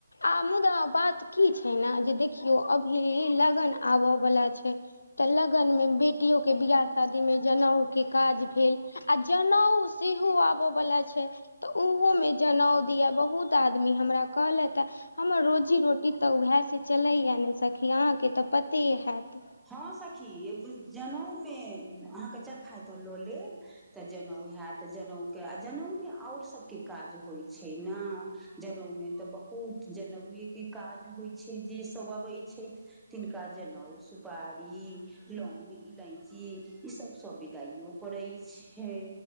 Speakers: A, on the left; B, in the centre.
A: आ मुदा बात की छै ने जे देखियौ अभी लगन आबय बला छै तऽ लगन मे बेटियो के बियाह शादी मे जनउ के काज भेल आ जनउ सेहो आबऽ वला छै तऽ ओहोमे जनउ दिया बहुत आदमी हमरा कहलथि ह हमर रोजी रोटी तऽ उएहसँ चलैए नहि सखी अहाँकेँ तऽ पते हैत
B: हँ सखी जनेउ मे अहाँके चरखा तो लऽ लेब तऽ जनउ हयत तऽ जनउ के आ जनउ मे आओर सबके काज होइ छै ने जनउ मे तऽ बहुत जनेउए के काज होइ छै जे सब अबै छै तिनका जनउ सुप बड़ी लौंग इलायची ई सब सब विदाइयो पड़ हेइ